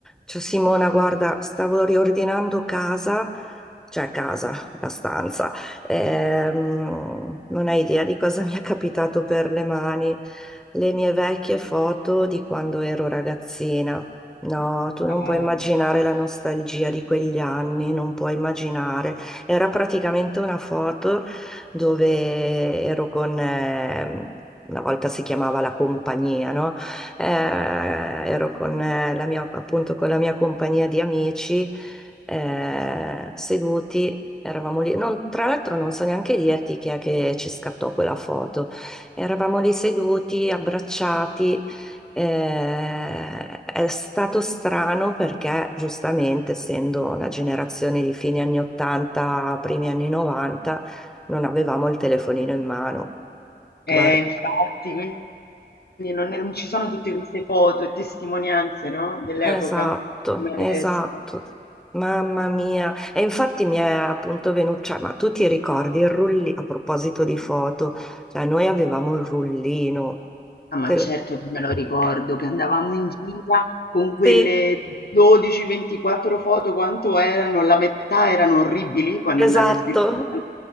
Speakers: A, in the centre; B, on the left.
A: Ciao Simona, guarda, stavo riordinando casa, cioè casa, la stanza. Ehm, non hai idea di cosa <laughs> mi è capitato per le mani, le mie vecchie foto di quando ero ragazzina. No, tu non
B: Eh,
A: puoi immaginare la nostalgia di quegli anni, non puoi immaginare. Era praticamente una foto dove ero con, ehm, una volta si chiamava la compagnia, no? eh, ero con eh, la mia, appunto, con la mia compagnia di amici, eh, seduti. Eravamo lì, non- tra l'altro non so neanche dirti chi è che ci scattò quella foto. Eravamo lì seduti, abbracciati. Eh, è stato strano perché, giustamente, essendo una generazione di fine anni 80, primi anni 90, non avevamo il telefonino in mano.
B: eh,
A: Guarda.
B: infatti, quindi non, non ci sono tutte queste foto e testimonianze, no? Dell'epoca,
A: Esatto,
B: come
A: esatto.
B: adesso.
A: Mamma mia. E infatti mi è appunto venuto, cioè, ma tu ti ricordi il rullino, a proposito di foto, cioè noi avevamo il rullino.
B: Ah, ma
A: Te
B: certo
A: lo-
B: che me lo ricordo che andavamo in gira con quelle
A: Sì,
B: 12-24 foto, quanto erano? La metà erano orribili quando
A: esatto.
B: andavi a sviluppare,